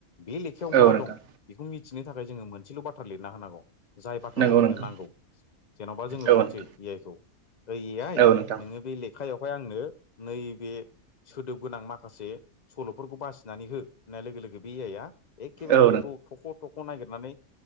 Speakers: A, on the left; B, on the right.
A: बे लेखायाव
B: औ
A: मा
B: नोंथां
A: दं बेखौ मि थिनो थाखाय जोङो मोनसेल' बाथ्रा लिरना होनांगौ जाय बाथ्राखौ
B: नंगौ
A: जोंनो
B: नोंथां
A: नांगौ जेन'बा जोङो
B: औ
A: बुंसै
B: नोंथां
A: ए आइ खौ ओइ ए आइ
B: औ नोंथां
A: नोङो बे लेखायावहाय आंनो नैबे सोदोब गोनां माखासे सल'फोरखौ बासिनानै हो होननाय लोगो लोगो बे ए आइआ एखेबारे
B: औ
A: बेखौ
B: नोंथां
A: थख' थख' नागिरनानै